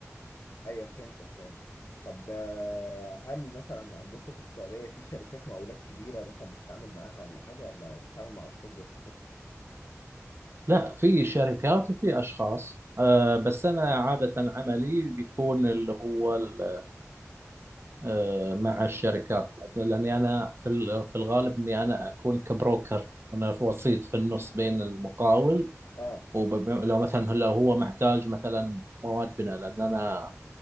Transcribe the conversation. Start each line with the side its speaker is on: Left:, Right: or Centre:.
Left: ايوه فهمتك فهمتك طب آه، هل مثلا عندكم في السعوديه في شركات مقاولات كبيره مثلا بتتعامل معاها ولا حاجه ولا بتتعامل مع اشخاص بس؟
Right: لا في شركات وفي اشخاص أه بس انا عاده عملي بيكون اللي هو ال- أه مع الشركات لاني انا في ال- في الغالب اني انا اكون كبروكر انا في وسيط في النص بين المقاول
Left: اه
Right: ولو مثلا لو هو محتاج مثلا مواد بناء لان انا